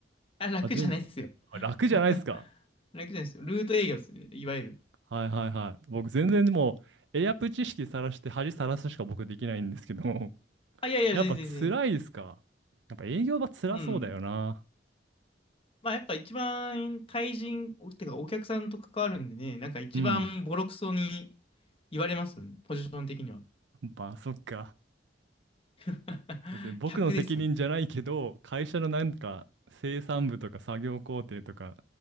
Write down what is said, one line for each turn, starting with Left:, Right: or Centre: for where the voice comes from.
Left: あ、楽じゃないですよ。
Right: あ、全あ、楽じゃないですか。
Left: <laughs> 楽じゃないですよ。ルート営業ですね。いわゆる。
Right: はいはいはい。僕全然もう、エアプ知識さらして恥さらすしか僕できないんですけど、<laughs>
Left: あ、いやいや、
Right: やっぱ辛いですかやっぱ営業は辛そうだよな。
Left: 全然全然。うん。まあ、やっぱ一番、対人、おてかお客さんと関わるんでね、なんか一番ボロクソに
Right: うん。
Left: 言われますよね。ポジション的には。
Right: まあそっか。
Left: <laughs>
Right: 別に僕の責任じゃないけど、
Left: 客ですもん。
Right: 会社のなんか生産部とか作業工程とか